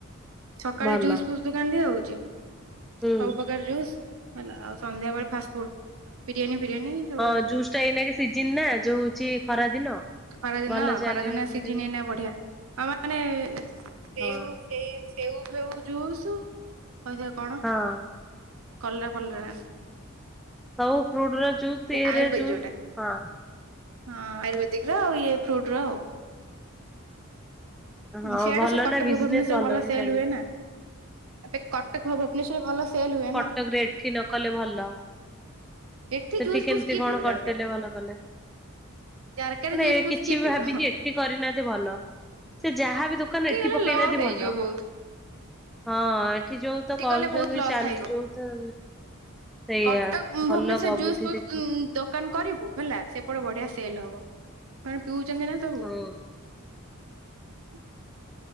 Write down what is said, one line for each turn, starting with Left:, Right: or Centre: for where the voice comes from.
Right: ସକାଳେ
Centre: ଭଲ।
Right: ଜୁସ୍ ଫୁସ୍ ଦୋକାନ ଦିଆ ହଉଛି
Centre: ହୁଁ।
Right: ସବୁ ପ୍ରକାର ଜୁସ୍। ହେଲା ଆଉ ସନ୍ଧ୍ୟାବେଳେ ଫାଷ୍ଟ ଫୁଡ ବିରିୟାନୀ ଫିରିୟାନୀ। ସବୁ
Centre: ହଁ
Right: ଏମିତି
Centre: ଜୁସ୍
Right: ଆଉ
Centre: ଟା ଏଇନାକେସିଜିିନ ନା ଯୋଉଛି ଖରା ଦିନ।
Right: ଖରାଦିନ
Centre: ଭଲ ଚାଲିବ
Right: ଖରାଦିନ
Centre: କରିବ।
Right: ସିଝିନିଏଇନା ବଢିଆ ଆମେ ମାନେ ସେ
Centre: ହଁ।
Right: ସେଇ ସେଉ ଫେଉ ଜୁସ କହିଥା କଣ
Centre: ହଁ
Right: କଲେ ଭଲରେ ଏନ୍ତି।
Centre: ହଉ ଫ୍ରୁଟ ର ଜୁସ ଏର
Right: ଆୟୁର୍ବେଦିକ
Centre: ଜୁସ
Right: ଯୋଉଟା
Centre: ହଁ।
Right: ହଁ ଆୟୁର୍ବେଦିକ ର ଆଉ ଇଏ ଫ୍ରୁଟ ର ଆଉ।
Centre: ହଁ
Right: ସେଆଡେ
Centre: ଭଲ
Right: ସବୁ କଟକ
Centre: ନା ବିଜନେସ୍
Right: ଭୁବନେଶ୍ଶର ଭଲ
Centre: ବି
Right: ସେଲ
Centre: ଚାଲିବ।
Right: ହୁଏ ନା। ଏବେ କଟକ ଭୁବନେଶ୍ୱର ଭ ଲସେଲ ହୁଏ। ନା
Centre: ରେ ଏଠି ନ କଲେ ଭଲ।
Right: ଏଠି
Centre: ସେଠି
Right: ଜୁସ୍
Centre: କେମିତି
Right: ଫୁସ୍ କିଏ
Centre: କଣ
Right: ପିଇବ
Centre: କରିଦେଲେ
Right: ଜାରକାରେ
Centre: ଭଲ କଲେ।
Right: ଜାରକାରେ
Centre: ମ
Right: ଜୁସ୍
Centre: ଏ
Right: ଫୁସ୍
Centre: କିଛି
Right: କିଏ
Centre: ବି
Right: ପିଇବ
Centre: ଭାବିକି ଏଠି କରିନାହାନ୍ତି ଭଲ। ସେ ଯାହାବ ଦୋକାନ ଏଠି
Right: ଗଲେ
Centre: ପକେଇନାହାନ୍ତି
Right: ଲସ୍ ହେଇଯିବ
Centre: ଭଲ।
Right: ବହୁତ
Centre: ହଁ ଏଠି ଯୋଉ ତ କରୁଛନ୍ତି
Right: ଗଲେ ବହୁତ ଲସ୍
Centre: ଚାଲି
Right: ଖାଇବ
Centre: ଯୋଉ ତ ସେଇଆ
Right: କଟକ ଭୁବନେଶ୍ର
Centre: ଭଲ କ
Right: ଜୁସ୍
Centre: ବୁଦ୍ଧି
Right: ଫୁସ
Centre: ଦେଖି
Right: ଦୋକାନ କରିବୁ ହେଲା ସେପଟେ ବଢିଆ ସେଲ ହବ କଣ ପିଉଛନ୍ତି ନା ସବୁ।
Centre: ହଁ
Right: ହୁଁ।